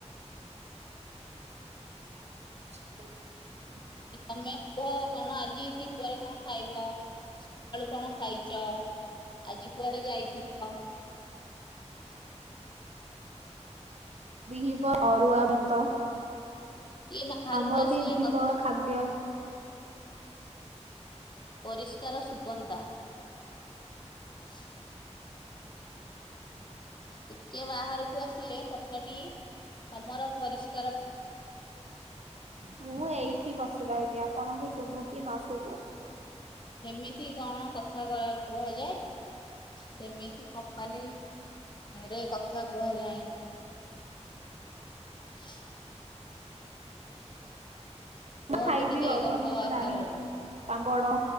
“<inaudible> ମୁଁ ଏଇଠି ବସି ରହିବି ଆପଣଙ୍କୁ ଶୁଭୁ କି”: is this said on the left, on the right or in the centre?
Right